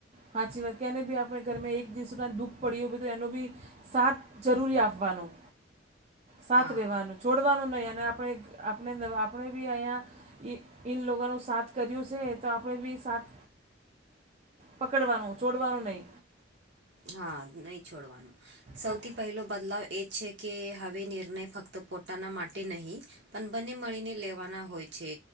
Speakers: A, on the right (about 35°); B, on the right (about 70°).
A: હાચી વાત કેને ભી આપણે ઘરમાં એક દિવસુ સુધ દુઃખ પડ્યું બધું તો એનો બી સાથ જરૂરી આપવાનું. સાથ
B: હા
A: રેહવાનું છોડવાનું નહી અને આપણે આપણે આપણે બી અહીંયા ઈ ઇનલોગાનો સાથ કર્યું છે તો આપણે બી સાથ પકડવાનું, છોડવાનું નઈ.
B: હા નહીં છોડવાનું. સૌથી
A: હા
B: પેહલો બદલાવ એ જ છે કે હવે નિર્ણય ફક્ત પોતાના માટે નહીં પણ બંને મળીને લેવાના હોય છે.